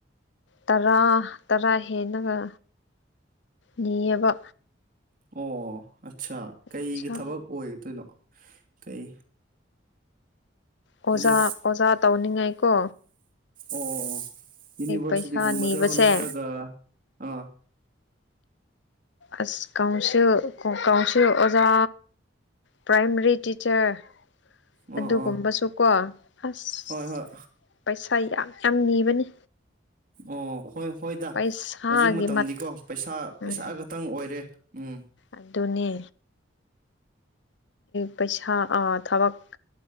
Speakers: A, on the left (about 70°); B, on the right (about 45°).
A: ꯇꯔꯥ ꯇꯔꯥ ꯍꯦꯟꯅꯒ ꯅꯤꯑꯕ
B: ꯑꯣ ꯑꯠꯆꯥꯥ ꯀꯩꯒꯤ
A: ꯄꯩꯁꯥ
B: ꯊꯕꯛ ꯑꯣꯏꯗꯣꯏꯅꯣ ꯀꯩ
A: ꯑꯣꯖꯥ
B: ꯍꯥꯏꯗꯤ
A: ꯑꯣꯖꯥ ꯇꯧꯅꯤꯡꯉꯥꯏ ꯀꯣ
B: ꯑꯣ ꯌꯨꯅꯤꯕꯔꯁꯤꯇꯤꯒꯨꯝꯕꯗ꯭ꯔꯣ
A: ꯄꯩꯁꯥ ꯅꯤꯕꯁꯦ
B: ꯅꯠꯇ꯭ꯔꯒ ꯑ
A: ꯑꯁ ꯀꯥꯎꯁꯨ ꯀꯥꯎꯁꯨ ꯑꯣꯖꯥ ꯄ꯭ꯔꯥꯏꯃꯔꯤ ꯇꯤꯆꯔ
B: ꯑꯣ
A: ꯑꯗꯨꯒꯨꯝꯕꯁꯨ
B: ꯑꯣ
A: ꯀꯣ ꯑꯁ
B: ꯍꯣꯏ ꯍꯣꯏ
A: ꯄꯩꯁꯥ ꯌꯥꯝ ꯌꯥꯝ ꯅꯤꯕꯅꯤ
B: ꯑꯣ ꯍꯣꯏ ꯍꯣꯏꯗ
A: ꯄꯩꯁꯥꯒꯤ
B: ꯍꯧꯖꯤꯛ ꯃꯇꯝꯗꯤꯀꯣ
A: ꯃꯠ
B: ꯄꯩꯁꯥ ꯄꯩꯁꯥꯒ
A: ꯎꯝ
B: ꯈꯈꯤꯇꯪ ꯑꯣꯏꯔꯦ ꯎꯝ
A: ꯑꯗꯨꯅꯦ ꯄꯩꯁꯥ ꯑ ꯊꯕꯛ